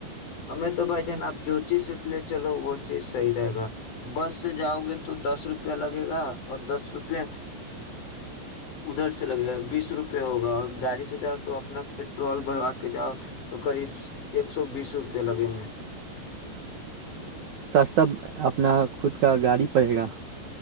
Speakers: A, on the left; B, on the right.
A: ہمیں تو بھائی جان آپ جو چیز سے لے چلو وہ چیز صحیح رہے گا بس سے جاؤ گے تو دس روپیہ لگے گا اور دس روپے ادھر سے لگے گا بیس روپے ہوگا اور گاڑی سے جاؤ تو اپنا پیٹرول بھروا کے جاؤ تو قریب ایک سو بیس روپ پے لگیں گے
B: سب اپنا خود کا گاڑی پڑے گا